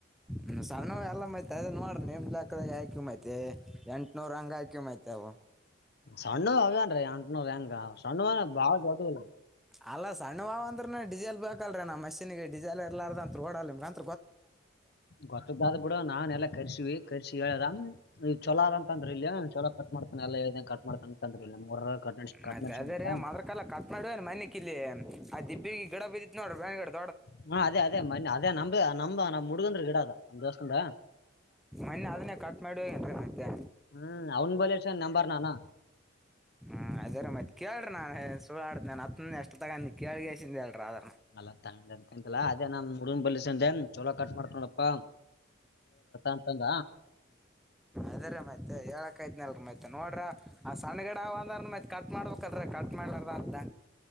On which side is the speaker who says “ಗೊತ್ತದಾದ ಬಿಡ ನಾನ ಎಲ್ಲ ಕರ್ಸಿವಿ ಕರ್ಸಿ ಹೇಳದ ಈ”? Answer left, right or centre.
Left